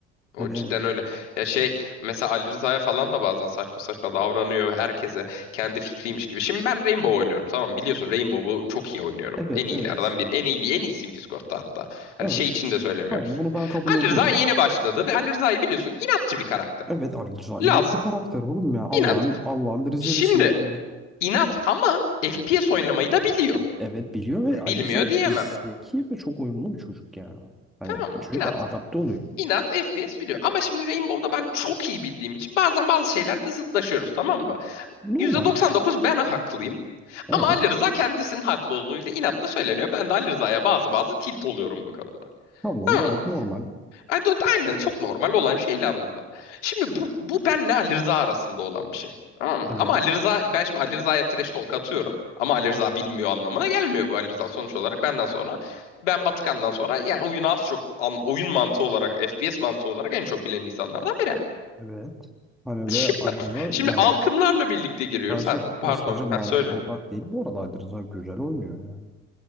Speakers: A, in the centre; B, on the left (about 70°).
A: Hani
B: O cidden öyle. Ya şey mesela Ali Rıza'ya falan da bazen saçma saçma davranıyor herkese kendi fikriymiş gibi. Şimdi ben Rainbow oynuyorum tamam mı? biliyorsun Rainbow'u çok iyi oynuyorum.
A: evet
B: En iyilerden
A: evet
B: biri. En iyi en iyisiyim Discord'da hatta. Hani
A: evet
B: şey için de söylemiyorum.
A: tamam bunu ben kabul
B: Ali
A: ediyorum.
B: Rıza yeni başladı ve Ali Rıza'yı biliyorsun inatçı bir karakter.
A: Evet Ali Rıza inat
B: Laz,
A: bir karakter oğlum ya. Allah'ın
B: inat.
A: Allah'ın bir Rizelisi
B: Şimdi
A: yani.
B: inat ama FPS oynamayı da biliyor.
A: Evet biliyor ve
B: Bilmiyor
A: Ali Rıza çok
B: diyemem.
A: zeki ve çok uyumlu bir çocuk yani. Hani
B: Tamam mı?
A: çocuk
B: İnat.
A: adapte oluyor.
B: İnat FPS biliyor. Ama şimdi Rainbow'da ben çok iyi bildiğim için bazen bazı şeylerde zıtlaşıyoruz tamam mı?
A: Normal.
B: %99 ben haklıyım.
A: Evet.
B: Ama Ali Rıza kendisinin haklı olduğuyla inatla söyleniyor. Ben de Ali Rıza'ya bazı bazı tilt oluyorum bu konuda.
A: Tamam
B: Tamam
A: gayet
B: mı?
A: normal.
B: Yani do- Aynen çok normal olan şeyler bunlar. Şimdi bu, bu benle Ali Rıza arasında olan bir şey. Tamam
A: Evet.
B: mı? Ama Ali Rıza, ben şimdi Ali Rıza'ya trash talk atıyorum. Ama Ali Rıza bilmiyor anlamına gelmiyor bu Ali Rıza sonuç olarak. Benden sonra, ben Batıkan'dan sonra yani oyunu az çok, an- oyun mantığı olarak, FPS mantığı olarak en çok bilen insanlardan biri.
A: Evet. Hani
B: Şimdi,
A: ve Ali
B: <laughs>
A: Rıza
B: şimdi
A: yani
B: alkımlarla birlikte giriyoruz.
A: sadece
B: Ha, pardon,
A: sadece mantık
B: ha, söyle.
A: olarak değil. Bu arada Ali Rıza güzel oynuyor yani.